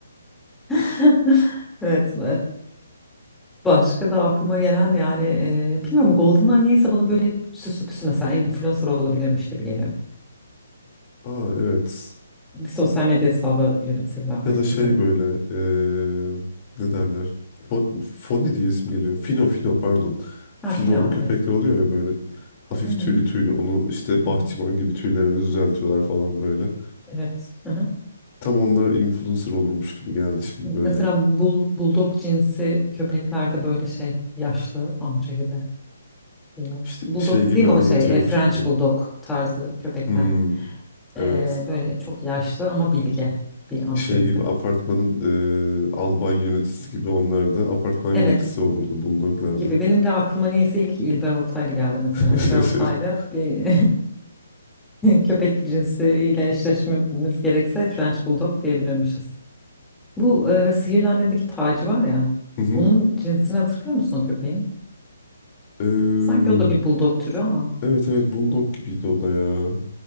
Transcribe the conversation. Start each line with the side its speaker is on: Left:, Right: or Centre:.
Centre: <laughs> Evet. Başka da aklıma gelen yani e, bilmiyorum Golden'lar niyeyse bana böyle hep süslü püslü mesela influencer olabilirmiş gibi geliyor.
Left: Aa evet.
Centre: Bir sosyal medya hesabı yönetirlerdi
Left: Ya da şey
Centre: gibi.
Left: böyle eee, ne derler? Fo- Foni diye isim geliyor. Fino Fino pardon. Fino
Centre: Ha Fino
Left: köpekler
Centre: evet.
Left: oluyor ya böyle hafif
Centre: Hı hı hı
Left: tüylü
Centre: hı,
Left: tüylü. Onu işte bahçıvan
Centre: hı hı.
Left: gibi tüylerini düzeltiyorlar falan böyle.
Centre: Evet. hı hı.
Left: Tam onlar influencer olurmuş gibi geldi şimdi böyle.
Centre: Mesela bul, bulldog cinsi köpekler de böyle şey yaşlı amca gibi geliyor.
Left: İşte
Centre: Bulldog
Left: şey gibi
Centre: dediğim
Left: anlatıyormuş
Centre: ama şey e, French
Left: gibi.
Centre: bulldog tarzı köpekler.
Left: Hmm, evet.
Centre: E, böyle çok yaşlı ama bilge bir amca
Left: Şey
Centre: gibi.
Left: gibi apartmanın eee, albay yöneticisi gibi onlar da apartman
Centre: Evet.
Left: yöneticisi olurdu bulldoglarda.
Centre: gibi. Benim de aklıma niyeyse ilk İlber Ortaylı geldi mesela.
Left: <laughs>
Centre: İlber Ortaylı bir <laughs> köpek cinsiyle eşleşmemiz gerekse French Bulldog diyebilirmişiz. Bu e, Sihirli Annem'deki Taci var ya.
Left: Hı
Centre: Onun cinsini hatırlıyor musun o köpeğin?
Left: hı.
Centre: Sanki o da bir bulldog türü ama.
Left: Evet evet Bulldog gibiydi o da ya.